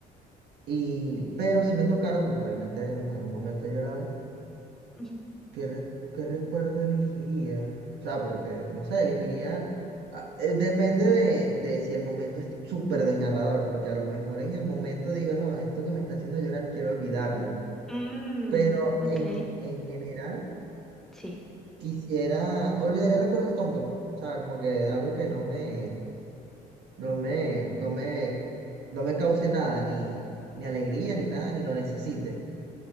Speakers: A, on the right; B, in the centre.
A: Y, pero si me tocara, porque obviamente en algún momento he llorado,
B: ujú,
A: ¿Qué, re- qué recuerdo elegiría? O sea, porque, no sé, elegiría... ah, eh, Depende de, de si el momento es súper desgarrador, porque a lo mejor en el momento digo, no, esto que me está haciendo llorar quiero olvidarlo.
B: mm,
A: Pero
B: ok.
A: en, en general
B: Sí.
A: quisiera... Olvidaría recuerdos tontos. O sea, como que algo que no me... No me... No me... No me cause nada, ni, ni alegría, ni nada, ni lo necesite.